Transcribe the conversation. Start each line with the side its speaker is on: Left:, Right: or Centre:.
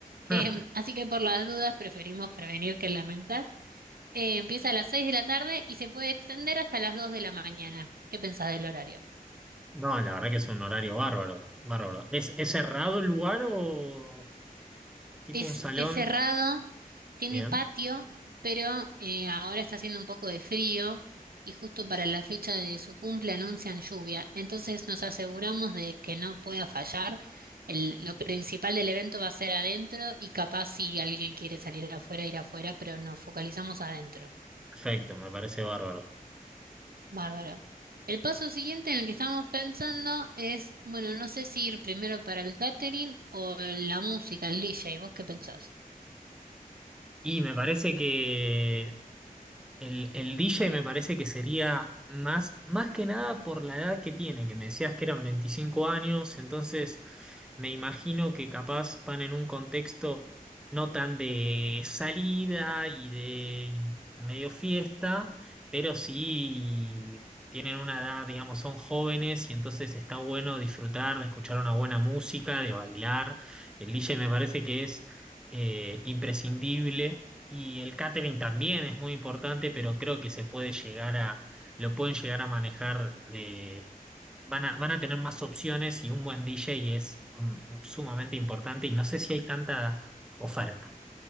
Right: Em,
Centre: <laughs>
Right: así que por las dudas preferimos prevenir que lamentar. Eh, empieza a las 6 de la tarde y se puede extender hasta las 2 de la mañana. ¿Qué pensás del horario?
Centre: No, la verdad que es un horario bárbaro, bárbaro. ¿Es, es cerrado el lugar o es tipo
Right: Es,
Centre: un salón?
Right: es cerrado, tiene
Centre: Bien,
Right: patio, pero eh, ahora está haciendo un poco de frío y justo para la fecha de su cumple anuncian lluvia. Entonces nos aseguramos de que no pueda fallar. El- lo principal del evento va a ser adentro y capaz si alguien quiere salir afuera, ir afuera, pero nos focalizamos adentro.
Centre: perfecto, me parece bárbaro.
Right: Bárbaro. El paso siguiente en el que estamos pensando es, bueno, no sé si ir primero para el catering o la música, el DJ. ¿Vos qué pensás?
Centre: Y me parece que El, el DJ me parece que sería más, más que nada por la edad que tiene, que me decías que eran 25 años, entonces me imagino que capaz van en un contexto no tan de salida y de medio fiesta, pero sí tienen una edad, digamos, son jóvenes y entonces está bueno disfrutar, de escuchar una buena música, de bailar. El DJ me parece que es eh, imprescindible y el catering también es muy importante, pero creo que se puede llegar a, lo pueden llegar a manejar, de- van a, van a tener más opciones y un buen DJ es mm, mm, sumamente importante y no sé si hay tanta oferta.